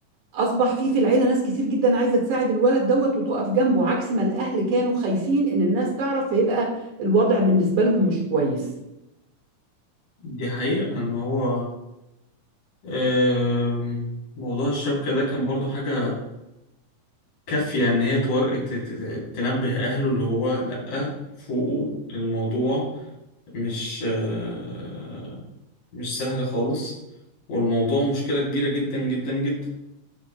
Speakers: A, on the right; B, on the left.
A: اصبح في في العيله ناس كتير جدا عايزه تساعد الولد دوت وتقف جنبه عكس ما الاهل كانوا خايفين ان الناس تعرف فيبقى الوضع بالنسبه لهم مش كويس
B: دي حقيقة ان هو آم، موضوع الشبكة ده كان برضو حاجة كافية ان هي تور... ت- ت- تنبه اهله اللي هو لأ فوقه الموضوع مش آه، مش سهل خالص والموضوع مشكلة كبيرة جدا جدا جدا